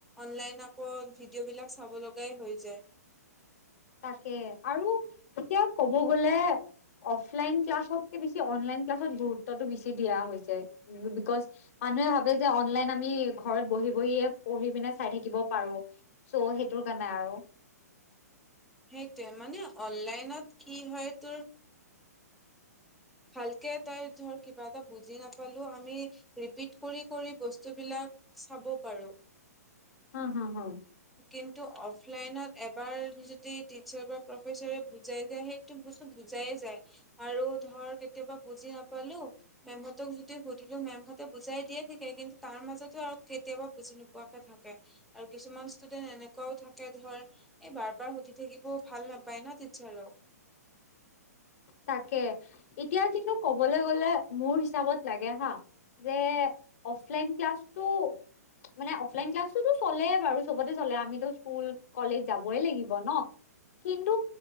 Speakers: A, in the centre; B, on the left.
A: অনলাইন আকৌ ভিডিঅ' বিলাক চাব লগাই হৈ যায়
B: তাকে আৰু এতিয়া কব গ'লে অফলাইন ক্লাছতকে বেছি অনলাইন ক্লাছত গুৰুত্বটো বেছি দিয়া হৈছে বিকজ মানুহে ভাবে যে অনলাইন আমি ঘৰত বহি বহিয়ে পঢ়ি পিনে চাই থাকিব পাৰো চ' সেইটোৰ কাৰণে আৰু
A: সেইটোৱে মানে অনলাইনত কি হয় তোৰ ভালকে তই ধৰ কিবা এটা বুজি নাপালো আমি ৰিপিট কৰি কৰি বস্তুবিলাক চাব পাৰো
B: অ হা হ
A: কিন্তু অফলাইনত এবাৰ যদি টিচাৰ বা প্ৰফেচৰে বুজাই যায় সেই বস্তু বুজাই যায় আৰু ধৰ কেতিয়াবা বুজি নাপালো মেমহতক যদি সুধিলো মেমহঁতে বুজাই দিয়ে থিকে কিন্তু তাৰ মাজতও আৰু কেতিয়াবা বুজি নোপোৱাকে থাকে আৰু কিছুমান ষ্টুডেন্ট এনেকুৱাও থাকে ধৰ এই বাৰ বাৰ সুধি থাকিব ভাল নাপায় ন টিচাৰো
B: তাকে এতিয়া কিন্তু কবলৈ গলে মোৰ হিচাপত লাগে হা যে অফলাইন ক্লাছটো মানে অফলাইন ক্লাছতো চলে বাৰু চবতে চলে আমিতো স্কুল কলেজ যাবই লাগিব ন কিন্তু